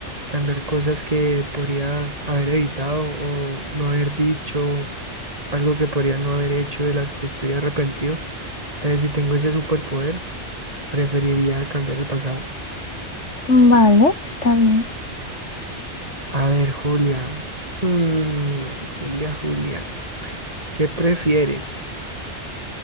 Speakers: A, on the right (about 30°); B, on the left (about 85°).
A: cambiar cosas que podría haber evitado o no haber dicho, algo que podría no haber hecho de las que estoy arrepentido. Entonces, si tengo ese superpoder, preferiría cambiar el pasado.
B: Vale, está bien.
A: A ver, Julia. Hmm, Julia, Julia, ¿qué prefieres?